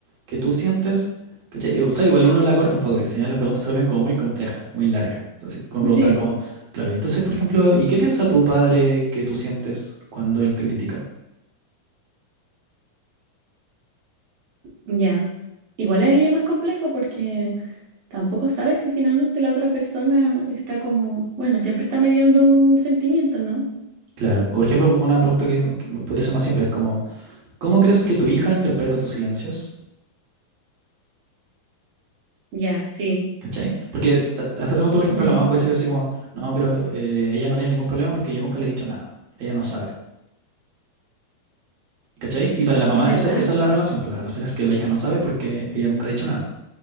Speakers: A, on the right; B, on the right.
A: que tú sientes? ¿Cachai? O sea, igual uno la corta un poco, porque si no las preguntas se vuelven como muy complejas, muy largas. Entonces, como preguntar
B: sí,
A: como, claro, entonces, por ejemplo, ¿y qué piensa tu padre que tú sientes cuando él te critica?
B: ya. Igual ahí es más complejo porque... tampoco sabes si finalmente la otra persona está como, bueno, siempre está mediando un sentimiento, ¿no?
A: Claro. O, por ejemplo, una pregunta que, que me podría ser más simple es como, ¿cómo crees que tu hija interpreta tus silencios?
B: Ya, sí.
A: ¿Cachai? Porque a- hasta ese momento, por ejemplo,
B: ujú,
A: la mamá puede ser así como, no, pero eh, ella no tiene ningún problema porque yo nunca le he dicho nada. Ella no sabe. ¿Cachai? Y para la mamá,
B: Es verdad,
A: esa, esa es la relación. Pues la relación es que la hija no sabe porque ella nunca ha dicho nada.